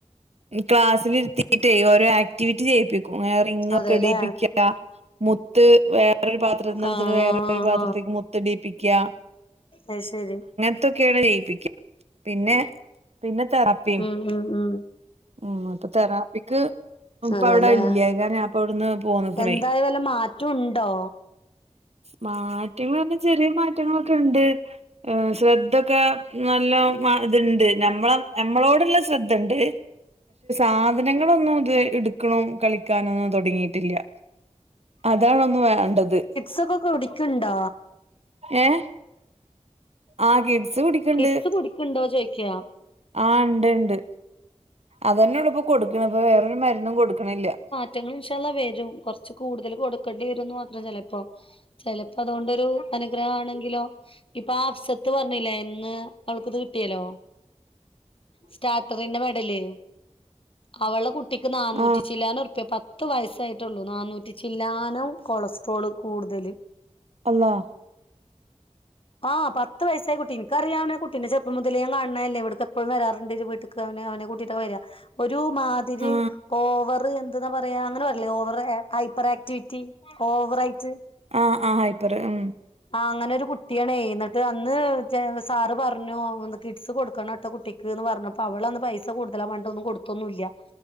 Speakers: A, on the right (about 60°); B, on the left (about 50°).
A: ക്ലാസ്സ്ലിര്ത്തീറ്റെയ്, ഓരോ ആക്ടിവിറ്റി ചെയ്യിപ്പിക്കും. ങ്ങനെ റിംഗൊക്കെ
B: അതെല്ലേ
A: ടീപ്പിയ്ക്കാ. മുത്ത്, വേറൊര് പാത്രത്ത്ന്ന്ട്ത്ത്ട്ട്.
B: ആഹ്
A: വേറൊര് പാത്രത്ക്ക് മുത്തിടീപ്പിക്ക്യ.
B: അഹ്, ശെരി.
A: ഇതൊക്കേണ് ചെയ്യിപ്പിക്ക്യ. പിന്നെ, പിന്നെ, തെറാപ്പിം.
B: ഉം, ഉം
A: ഉം, അപ്പ, തെറാപ്പിക്ക്. ഓം,
B: അതല്ലേ
A: പ്പവ്ടെല്ല്യേക്കാരം. ഞാ പ്പവുട്ന്ന് പോന്ന്ക്ക്ണേയ്.
B: എന്തായി വല്ല മാറ്റം ഉണ്ടോ
A: മാറ്റങ്ങളർഞ്ഞാ ചെറ്യെ മാറ്റങ്ങളൊക്കെ ഉണ്ട്. ശ്രദ്ധൊക്കെ, നല്ലോം, മാ ത്ണ്ട്. നമ്മളെ നമ്മളോട്ള്ള ശ്രദ്ധണ്ട്. ആധനങ്ങളൊന്നും ഇത് വെ ഇട്ക്ക്ണും, കളിക്കാനൊന്നും തൊട് ങ്ങീട്ട്ല്ല്യ. അതാണൊന്ന് വേണ്ടത്.
B: സൊക്കെ കുടിക്ക്ണ്ടോ?
A: ഏഹ്, ആഹ്, കിഡ്സ് കുടിക്ക്ണ്ട്.
B: കിഡ്സ് കുടിക്ക്ണ്ടോ ചോയിക്കാ
A: ആഹ്, ണ്ട്, ണ്ട്, അതെന്നൊള്ളുപ്പൊ കൊട്ക്ക്ണ്. പ്പൊ വേറൊരു മര്ന്നും കൊട്ക്ക്ണില്യ.
B: റ്റങ്ങളി ൻശാഅള്ളാഹ് വെരും. കൊറ്ച്ച് കൂട്തൽ കൊട്ക്കെണ്ടി വരുംന്ന് മാത്രം ചെലേപ്പൊ? ചെലപ്പതോണ്ടൊരു അനുഗ്രഹാണെങ്കിലോ? ഇപ്പാ, ആഹ് സത്ത് പറ്ഞ്ഞീലെ, ഇന്ന് അവൾക്കിത് കിട്ട്യേലോ? സ്റ്റാ ട്രെഡ്ന്റെ, മെഡല്. അവെളെ കുട്ടിക്ക് നാന്നൂറ്റി
A: ആ
B: ചില്ലാനം റുപ്പ്യേ പ ത്ത് വയസ്സായിട്ടൊള്ളൂ. നാന്നൂറ്റി ചില്ലാനം കൊളസ്ട്രോള് കൂടുതല്.
A: അള്ളാ....
B: ആഹ്, പത്ത് വയസ്സായ കുട്ടി. ഇൻ ക്കറിയാവന. കുട്ടീനേ ചെർപ്പം മുതലേ ഞാൻ കാണണയല്ലേ? ഇവിടെക്ക് എപ്പഴും വരാറുണ്ട്. ന്റെ വീട്ടിക്ക്. ക്കവന്. അവനെ കൂട്ടിട്ടാ വര. ഒരു മാതിരി
A: ആ
B: ഓവറ് എന്ന്. ത്‍ന്ന, പറയാ. അങ്ങനെ പറയില്ലേ. Over hyper activity. ഓവറായിറ്റ്.
A: ആഹ്, ആഹ്, ഹൈപ്പറ്, ഉം.
B: ആഹ്, അങ്ങനൊരു കുട്ടിയാണേയ് ന്നിട്ട് അന്ന് ചെ സാറ് പർഞ്ഞു, ഒന്ന് കിഡ്സ് കൊടുക്കണേട്ടോ കുട്ടി. ക്ക് ന്ന് പറഞ്ഞപ്പോ, അവളന്ന് പൈസ കൂടുതലാന്ന് പഞ്ട്ട്, ഒന്നും കൊടുത്തൊന്നു ല്ല്യാ.